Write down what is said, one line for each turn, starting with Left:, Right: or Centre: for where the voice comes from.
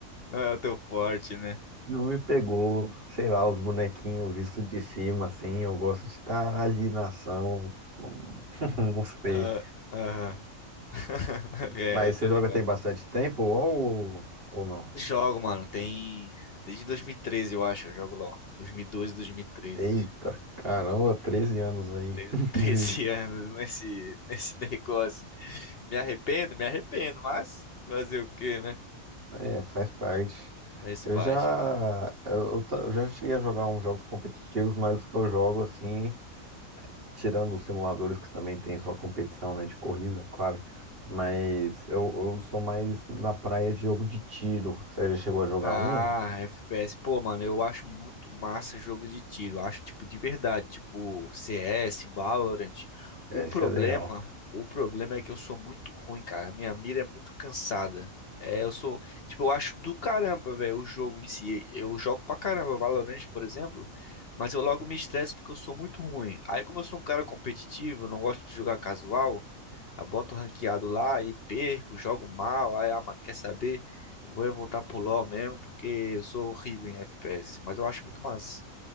Left: não é o teu forte, né?
Right: não me pegou. Sei lá, os bonequinhos visto de cima, assim, eu gosto de estar ali na ação, <laughs> não sei.
Left: Ah, Aham. <laughs> É,
Right: Mas
Left: eu tô
Right: você joga
Left: ligado.
Right: tem bastante tempo ou, ou não?
Left: Jogo, mano, tem. Desde 2013, eu acho, eu jogo LOL. dois mil e doze, 2013.
Right: Eita, caramba, 13
Left: Tem
Right: anos aí.
Left: 13
Right: <laughs>
Left: <laughs> 13
Right: de-
Left: anos nesse, nesse negócio. Me arrependo, me arrependo, mas fazer o quê, né?
Right: É, faz parte.
Left: Faz
Right: Eu
Left: parte.
Right: já, eu, ta- eu já cheguei a jogar uns jogos competitivos, mas os que eu jogo assim, tirando os simuladores que também tem sua competição, né, de corrida, claro. Mas eu, eu sou mais na praia de jogo de tiro. Você já chegou a jogar
Left: Ah,
Right: um?
Left: FPS. Pô, mano, eu acho muito massa jogo de tiro. Acho, tipo, de verdade. Tipo, CS, Valorant.
Right: É,
Left: O problema,
Right: Esse é legal.
Left: o problema é que eu sou muito ruim, cara. minha mira é muito cansada. É, eu sou, tipo, eu acho do caramba, velho, o jogo em si. Eu jogo pra caramba Valorant, por exemplo, mas eu logo me estresso porque eu sou muito ruim. Aí, como eu sou um cara competitivo, eu não gosto de jogar casual, eu boto ranqueado lá e perco, jogo mal. Aí, ah, mano, quer saber? Vou eu voltar pro LoL mesmo, porque eu sou horrível em FPS, mas eu acho muito massa.